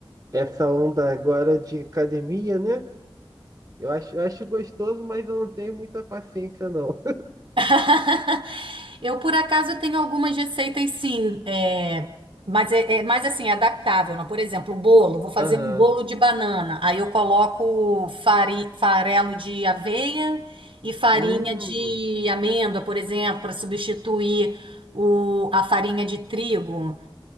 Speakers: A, on the right (about 30°); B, on the right (about 75°).
A: essa onda agora de academia, né? Eu acho, eu acho gostoso, mas eu não tenho muita paciência, não.
B: <laughs> Eu, por acaso, tenho algumas receitas, sim, é, mas é, é mais assim, adaptável, né? Por exemplo, bolo, vou fazer
A: <laughs> Aham.
B: um bolo de banana, aí eu coloco fari, farelo de aveia e farinha
A: Hum,
B: de amêndoa, por exemplo, para substituir o, a farinha de trigo.